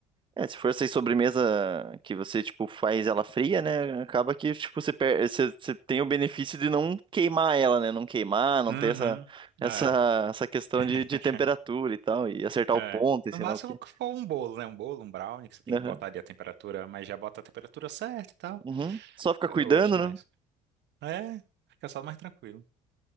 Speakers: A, on the right (about 25°); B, on the right (about 60°).
A: É, se for essa aí sobremesa que você, tipo, faz ela fria, né? Acaba que, tipo, você, per... você, você tem o benefício de não queimar ela, né? Não queimar, não
B: Uhum.
A: ter essa, essa,
B: É.
A: essa questão
B: <laughs>
A: de, de temperatura e tal, e acertar
B: É.
A: o ponto e
B: No
A: sei
B: máximo
A: lá o quê.
B: que for um bolo, né? Um bolo, um brownie, que você tem
A: Aham.
B: que botar ali a temperatura, mas já bota a temperatura certa e tal.
A: Uhum. Só ficar
B: Eu
A: cuidando,
B: gosto mais.
A: né?
B: É, fica só mais tranquilo.